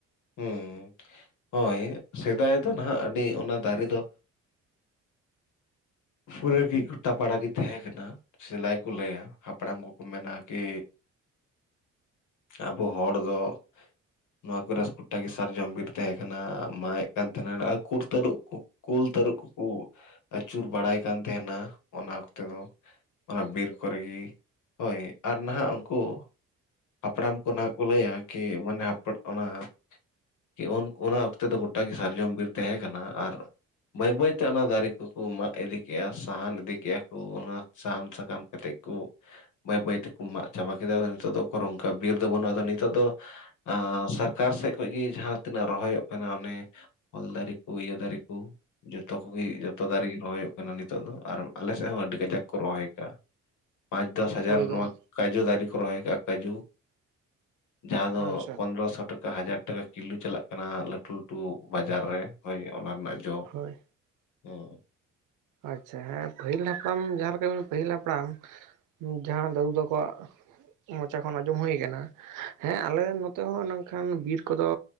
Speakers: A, on the left; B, on the right.
A: ᱦᱩᱸ ᱦᱳᱭ ᱥᱮᱫᱟᱭ ᱫᱚ ᱱᱟᱦᱟᱸᱜ ᱟᱹᱰᱤ ᱚᱱᱟ ᱫᱟᱨᱮ ᱫᱚ ᱯᱩᱨᱟᱹ ᱜᱮ ᱜᱚᱴᱟ ᱯᱟᱲᱟ ᱜᱮ ᱛᱟᱦᱮᱸ ᱠᱟᱱᱟ ᱥᱮᱞᱟᱭ ᱠᱚ ᱞᱟᱹᱭᱟ ᱦᱟᱯᱲᱟᱢ ᱠᱚᱠᱚ ᱢᱮᱱᱟ ᱠᱤ ᱟᱵᱚ ᱦᱚᱲ ᱫᱚ ᱱᱚᱣᱟ ᱠᱚᱨᱮ ᱜᱚᱚᱴᱟ ᱜᱮ ᱥᱟᱨ ᱡᱚᱢ ᱵᱤᱨ ᱛᱟᱦᱮᱸ ᱠᱟᱱᱟ ᱢᱟᱭᱮᱫ ᱠᱟᱱ ᱛᱟᱦᱮᱸᱱᱟ ᱟᱨ ᱠᱩᱨ ᱛᱟᱹᱨᱩᱜ ᱠᱩ ᱠᱩᱞ ᱛᱟᱹᱨᱩᱵ ᱠᱩ ᱟᱹᱪᱩᱨ ᱵᱟᱲᱟᱭ ᱠᱟᱱ ᱛᱟᱦᱮᱸᱱᱟ ᱚᱱᱟ ᱚᱠᱛᱮ ᱫᱚ ᱚᱱᱟ ᱵᱤᱨ ᱠᱚᱨᱮ ᱜᱤ ᱦᱳᱭ ᱟᱨ ᱱᱟᱦᱟᱸᱜ ᱩᱝᱠᱩ ᱦᱟᱯᱲᱟᱢ ᱠᱚ ᱱᱟᱦᱟᱸᱜ ᱠᱚ ᱞᱟᱹᱭᱟ ᱠᱤ ᱢᱟᱱᱮ ᱟᱯᱲᱟ ᱚᱱᱟ ᱠᱤ ᱩᱱ ᱚᱱᱟ ᱚᱠᱛᱮ ᱫᱚ ᱜᱚᱴᱟ ᱥᱟᱨᱡᱚᱢ ᱵᱤᱨ ᱛᱟᱦᱮᱸ ᱠᱟᱱᱟ ᱟᱨ ᱵᱟᱹᱭ ᱵᱟᱹᱭ ᱛᱮ ᱚᱱᱟ ᱫᱟᱨᱮ ᱠᱚᱠᱚ ᱢᱟᱜ ᱤᱫᱤ ᱠᱮᱫᱮᱜᱼᱟ ᱥᱟᱦᱟᱱ ᱤᱫᱤ ᱠᱮᱜᱼᱟ ᱠᱚ ᱚᱱᱟ ᱥᱟᱦᱟᱱ ᱥᱟᱠᱟᱢ ᱠᱟ ᱠᱟᱛᱮᱜ ᱠᱩ ᱵᱟᱹᱭ ᱵᱟᱹᱭ ᱛᱮᱠᱩ ᱢᱟᱜ ᱪᱟᱵᱟ ᱠᱮᱫᱟ ᱱᱤᱛᱚᱜ ᱫᱚ ᱚᱱᱠᱚᱨ ᱵᱤᱨ ᱫᱚ ᱵᱟᱹᱱᱩᱜᱼᱟ ᱟᱫᱚ ᱱᱤᱛᱚᱜ ᱫᱚ ᱟᱸ ᱥᱚᱨᱠᱟᱨ ᱥᱮᱫ ᱠᱷᱚᱡ ᱜᱮ ᱡᱟᱦᱟᱸ ᱛᱤᱱᱟᱹᱜ ᱨᱚᱦᱚᱭᱚᱜ ᱠᱟᱱᱟ ᱚᱱᱮ ᱚᱞ ᱫᱟᱨᱮ ᱠᱚ ᱤᱭᱟᱹ ᱫᱟᱨᱮ ᱠᱩ ᱡᱚᱛᱚ ᱠᱚᱜᱮ ᱡᱚᱛᱚ ᱫᱟᱨᱮ ᱜᱮ ᱨᱚᱦᱚᱭᱩᱜ ᱠᱟᱱᱟ ᱱᱤᱛᱚᱜ ᱫᱚ ᱟᱨ ᱟᱞᱮ ᱥᱮᱫ ᱦᱚᱸ ᱟᱹᱰᱤ ᱠᱟᱡᱟᱠ ᱠᱚ ᱨᱚᱦᱚᱭ ᱠᱟᱜᱼᱟ᱾ ᱯᱟᱸᱪ ᱫᱚᱥ ᱦᱟᱡᱟᱨ
B: ᱦᱳᱭ ᱜᱚᱝ
A: ᱱᱚᱣᱟ ᱠᱟᱡᱩ ᱫᱟᱨᱮ ᱠᱚ ᱨᱚᱦᱚᱭ ᱠᱟᱜᱼᱟ ᱠᱟᱹᱡᱩ ᱡᱟᱦᱟᱸ
B: ᱟᱪᱪᱷᱟ
A: ᱫᱚ ᱯᱚᱱᱨᱚᱥᱚ ᱴᱟ ᱠᱟ ᱦᱟᱡᱟᱨ ᱴᱟᱠᱟ ᱠᱤᱞᱳ ᱪᱟᱞᱟᱜ ᱠᱟᱱᱟ ᱞᱟᱹᱴᱩ ᱞᱟᱹᱴᱩ ᱵᱟᱡᱟᱨ ᱨᱮ ᱦᱳᱭ ᱚᱱᱟ ᱨᱮᱱᱟᱜ ᱡᱚ
B: ᱦᱳᱭ
A: ᱦᱩᱸ᱾
B: ᱟᱪᱪᱷᱟ ᱦᱮᱸ ᱯᱟᱹᱦᱤᱞ ᱦᱟᱯᱲᱟᱢ ᱡᱟᱦᱟᱸᱮ ᱞᱮᱠᱟ ᱯᱟᱹᱦᱤᱞ ᱦᱟᱯᱲᱟᱢ ᱡᱟᱦᱟᱸ ᱫᱟᱹᱫᱩ ᱛᱟᱠᱚᱣᱟᱜ ᱢᱚᱪᱟ ᱠᱷᱚᱱ ᱟᱸᱡᱚᱢ ᱦᱩᱭ ᱠᱟᱱᱟ, ᱦᱮᱸ ᱟᱞᱮ ᱱᱚᱛᱮ ᱦᱚᱸ ᱱᱚᱝᱠᱷᱟᱱ ᱵᱤᱨ ᱠᱚᱫᱚ